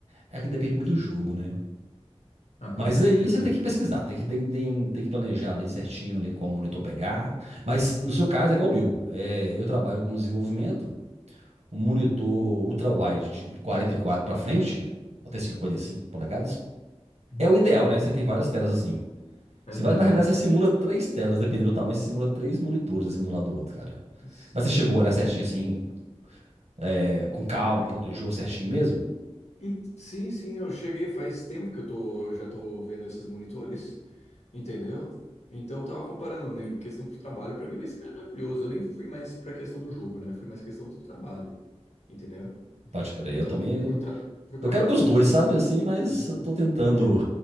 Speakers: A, on the right; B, on the left.
A: É que depende
B: Entendi.
A: muito do jogo, né?
B: Ah, com
A: Mas
B: certeza.
A: aí você tem que pesquisar, tem que, tem, tem, tem que planejar ali certinho ali qual monitor pegar. Mas no seu caso é igual o meu. É, eu trabalho com desenvolvimento, um monitor ultra-wide de 44 para frente, até 55 polegadas,
B: Hum.
A: é o ideal, né? Você tem várias telas assim.
B: É
A: Você
B: ideal.
A: vai, na realidade, você simula três telas, dependendo do tamanho, você simula três monitores assim um do lado do outro, cara.
B: S-
A: Mas você chegou a olhar certinho assim, é, com calma,
B: é,
A: planejou certinho mesmo?
B: en- sim, sim, eu cheguei faz tempo que eu tô, já tô vendo esses monitores, entendeu? Então eu tava comparando, né, questão pro trabalho, para mim vai ser maravilhoso. Eu nem fui mais pra questão do jogo, né? Fui mais questão do trabalho, entendeu?
A: Pode crer,
B: Então,
A: eu também.
B: pro, tra pro trabalho
A: Eu quero pros dois,
B: foi bem.
A: sabe, assim, mas
B: Uhum.
A: eu tô tentando
B: É.